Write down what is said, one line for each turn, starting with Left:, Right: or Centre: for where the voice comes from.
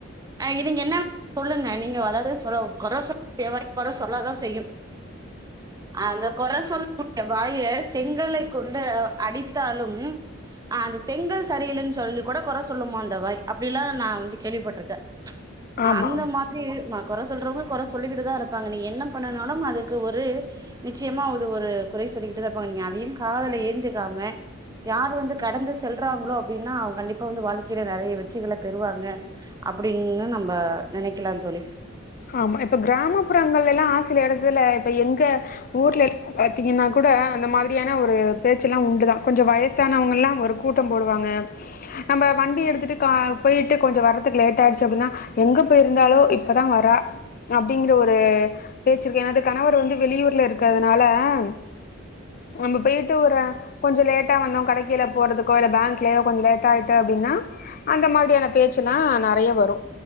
Right: அ இவிங் என்னா வேணாலு சொல்லுங்க நீங்க அதாவ்து சொல்லவு கொற சொல் தேவாய் கொற சொல்லாதா செய்யு அந்த கொற சொல் <inaudible> வாய செங்கல்லை கொண்டு அடித்தாலும் ஆ அந்த செங்கல் சரியில்லன் சொல்து கூட கொற சொல்லுமா அந்த வாய் அப்டிலா நா வந்து கேள்விபட்ருக்கே ஆ
Left: ஆமா.
Right: அந்த மாத்ரி நா கொற சொல்றவங்க கொற சொல்லிக்கிட்டுதா இருப்பாங்க நீங்க என்ன பண்ணனாலும் அதுக்கு ஒரு நிச்சயமா விது ஒரு குறை சொல்லிகிட்டுதா இருப்பாங் நீங் அதையும் காதுல ஏந்திக்காம யார் வந்து கடந்து செல்றாங்ளோ அப்டின்னா அவ் கண்டிப்பா வந்து வாழ்க்கைல நெறய வெற்றிகள பெறுவாங்க அப்டின்னு நம்ப நெனைக்கலா தோழி
Left: ஆமா இப்ப க்ராமப்புறங்கலல்லா சில இடத்துல இப்ப எங்க ஊர்லட் பாத்தீங்கின்னா கூட அந்த மாதிரியான ஒரு பேச்சுல்லா உண்டுதா கொஞ்சோ வயசானவங்கல்லா வரு கூ கூட்டம் போடுவாங்க நம்ப வண்டி எடுத்துட்டு கா போய்ட்டு கொஞ்சோ வர்ரதுக் லேட் ஆயிடுச்சு அப்டின்னா எங்க போய்ருந்தாலோ இப்பதா வரா அப்படிங்குற ஒரு பேச்சிருக்கே ஏனா அது கணவர் வந்து வெளியூர்ல இருக்கதுனாலம் நம்ம பேய்ட்டு ஒர கொஞ்சோ லேட்டா வந்தோ கடைக்கில போறதுக்கோ இல்ல பேங்க்லயோ கொஞ்சு லேட்டாய்ட்டு அப்டினா அந்த மாதிரியான பேச்சுலா நறைய வரு